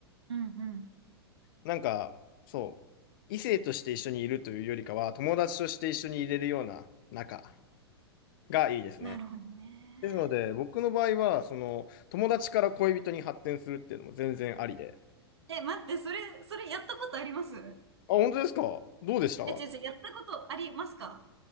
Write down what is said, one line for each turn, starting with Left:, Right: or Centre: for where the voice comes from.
Right: うんうん。
Left: なんか、そう、異性として一緒にいるというよりかは、友達として一緒にいれるような仲がいいですね。
Right: なるほどね。
Left: ですので、僕の場合は、その、友達から恋人に発展するっていうのも全然ありで。
Right: え、待って、それ、それやったことあります
Left: あ、本当ですかどうでした
Right: え、違う違う、やったことありますか